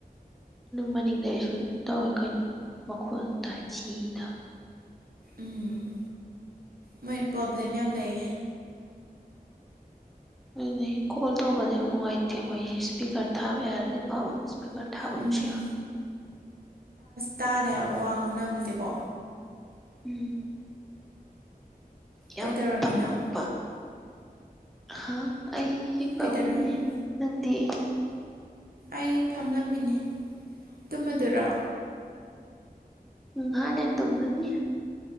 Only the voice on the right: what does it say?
ꯎꯝ ꯃꯣꯏ ꯄ꯭ꯔꯣꯕ꯭ꯂꯦꯝ ꯌꯥꯝ ꯂꯩꯌꯦ
ꯎꯝ ꯇꯥꯗꯦ ꯍꯥꯏꯕ ꯋꯥ ꯉꯥꯡꯅꯕꯁꯦꯀꯣ
ꯀꯩꯗꯧꯔꯝꯃꯤꯅꯣ
ꯀꯩꯗꯧꯔꯝꯃꯤꯅꯣ
ꯑꯩ ꯐꯝꯂꯝꯃꯤꯅꯤ ꯇꯨꯝꯗꯨꯔꯣ